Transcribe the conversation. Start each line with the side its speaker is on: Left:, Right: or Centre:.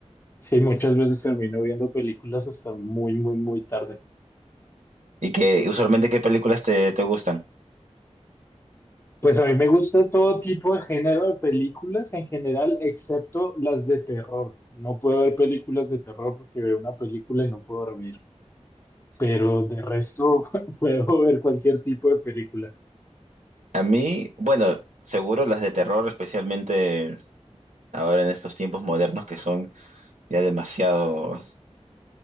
Left: sí, muchas veces termino viendo películas hasta muy, muy, muy tarde.
Right: ¿Y qué, usualmente qué películas te, te gustan?
Left: Pues a mí me gusta todo tipo de género de películas en general, excepto las de terror. No puedo ver películas de terror porque veo una película y no puedo dormir, pero de resto <laughs> puedo ver cualquier tipo de película.
Right: A mí, bueno, seguro las de terror, especialmente ahora en estos tiempos modernos que son ya demasiado